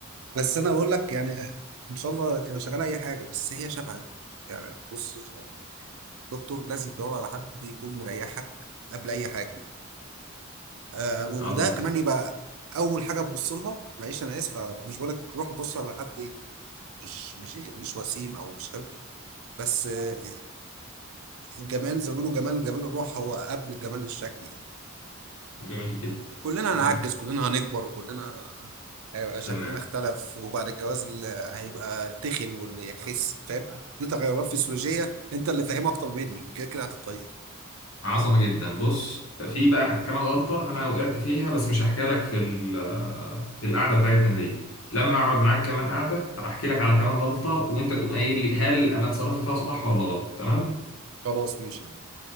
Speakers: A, on the right; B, on the left.
A: بس انا بقول لك يعني ان شاء الله تبقى شغال اي حاجه بس هي شبهك يعني بص دكتور لازم تدور على حد يكون مريحك قبل اي حاجه آه و-
B: عظم
A: وده كمان
B: جدا
A: يبقى اول حاجه تبص لها معلش انا اسف آه، مش بقول لك روح بص على حد مش مش مش وسيم او مش حلو بس آه، الجمال زي ما بيقولوا جمال جمال الروح هو قبل جمال الشكل
B: جميل جدا
A: كلنا
B: تمام
A: هنعجز كلنا هنكبر وكلنا هيبقى شكلنا
B: تمام
A: اختلف وبعد الجواز ال- هيبقى تخن واللي يخس فاهم دي تغيرات فسيولوجية انت اللي فاهمها اكتر مني كده كده هتتغير
B: عظمة جدا بص في بقى كمان غلطة أنا وقعت فيها بس مش هحكي لك في ال- في القعدة بتاعتنا دي لما أقعد معاك كمان قعدة هحكي لك على كمان غلطة وأنت تقوم قايل لي هل أنا اتصرفت فيها صح ولا غلط تمام؟
A: خلاص ماشي